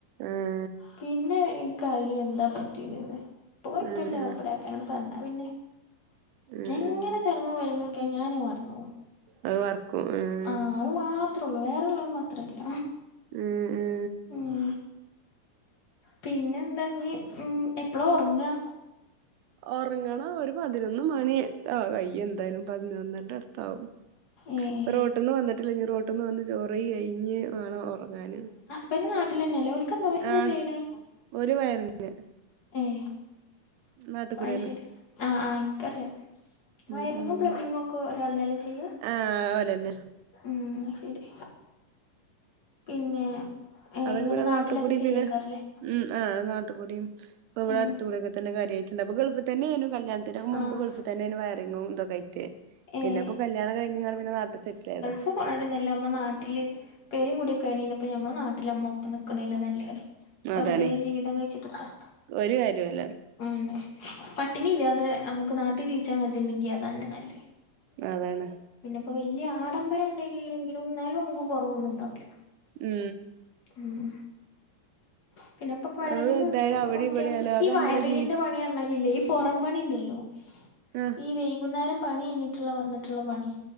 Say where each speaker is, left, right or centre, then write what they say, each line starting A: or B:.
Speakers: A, on the right; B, on the left.
A: ഉം
B: പിന്നെ ഇനിക്കയില് എന്താ പറ്റി നേന്ന് ഇപ്പ കൊയപ്പില്ല
A: ആഹ്
B: പ്ര ക്കാനോട്പറഞ്ഞ പിന്നെ
A: ഉം
B: എങ്ങനെ
A: ഉം
B: തലങ്ങും വെലങ്ങും ക്യ ഞാനഹ് മറന്നോവും
A: അത് വർക്കും ഏഹ്
B: ആഹ് അഅ്മാത്രേ ഒള്ളൂ വേറെള്ളന്നു അത്രല്ല
A: ഉം ഉം
B: ഉം പിന്നെ എന്താ ഇഞ്ഞ് എപ്പള ഒറ്ങ്ങ്യ
A: ഒറങ്ങണം ഒരു പതിനൊന്ന് മണി അത് കഴിയും എന്തായാലും പതിനൊന്നരന്റെ അടുത്താവും
B: ഏഹ്
A: പ്പം റോട്ടിന്ന് വന്നിട്ടില്ല ഇനി റോട്ടിന്ന് വന്ന് ചോറ് കഴി കഴിഞ്ഞ് വേണം ഒറങ്ങാന്
B: ബന്റ് നാട്ടിൽ തന്നെയല്ലേ ഓൽക്ക് ഓൽ എന്താ
A: ആഹ്
B: ചെയ്യ്ണേ
A: ഓല് വയറിങ്
B: ഏഹ്
A: നാട്ടിക്കൂടെന്നെ
B: അത് ശരി ആഹ് ആഹ് ഇന്ക്കറിയാ വയറിങ്ങും
A: ഉം ഉം
B: പ്ലംബിങ്ങും ഒക്കെ ഒരാളനല്ലേ ചെയ്യാ
A: ആഹ് ഓലന്നെ
B: ഉം ശരി പിന്നെ ഏഹ്
A: അതൊക്കെ
B: ഇങ്ങനെ
A: പിന്നെ
B: നാട്ടിലൊക്കെ
A: നാട്ട് കൂടി
B: ചെയ്യാക്കാരല്ലേ
A: പിന്നെ ഉം ആഹ് നാട്ടിക്കൂടി ഇപ്പ ഇവിടെ
B: ഉം
A: അടുത്തുകൂടെയൊക്കെ തന്നെ കാര്യമായിട്ടുണ്ട് അപ്പ ഗൾഫി തന്നെ ന്നു കല്യാൺ ത്തിന്റെ മുമ്പ്
B: ആഹ്
A: ഗൾഫി തന്നെ ഏന്നു വയറിങ്ങും ഇതൊക്കെ ആയിട്ട്
B: ഏഹ്
A: പിന്നെ ഇപ്പം കല്യാണം കഴിഞ്ഞ് കാണ്ട് പിന്നെ നാട്ട് സെറ്റായതാ
B: ഇപ്പ പോണാട്ടി നല്ലേ നമ്മള നാട്ടില് പേരേം കുടി കെ ആയിണ് ഞ്ഞ് പ്പം നമ്മളെ നാട്ടില് നമ്മള ഒപ്പംനിൽക്കണ അല്ലേ നല്ലേ റിം വെറുതെ
A: അതാണേ
B: ജീവിതം കഴിച്ചിട്ട് എത്താ
A: ഒരു കാര്യല്ല
B: മ് പട്ടിണി ഇല്ലാതെ നമുക്ക് നാട്ടി ജീവിച്ചാൻ കജ്ണ്ടെങ്കി അ തന്നെ ന ല്ലേ
A: അതാണ്
B: അപ്പ വല്യ ആഡംബരം ണ്ട് ഇല്ലെങ്കിലും എന്നാലും നമുക്ക് കുറവൊന്നും ഉണ്ടാവൂല്ല
A: മ്
B: മ് പിന്നെ ഇപ്പ വയറിങ്ങിന്
A: അത് എന്തായാലും
B: പോറ്റയ
A: അവിടെ ഇവിടെ ആയാലും അതങ്ങനെ
B: വയറിങ്ങിന്റെ
A: ജീവി
B: പണി അറിഞ്ഞാലില്ലേ പൊറം പണി ഇണ്ടല്ലോ
A: മ്
B: ഈ വൈകുന്നേരം പണി കഴഞ്ഞിട്ടുള്ള വന്നിട്ടുള്ള പണി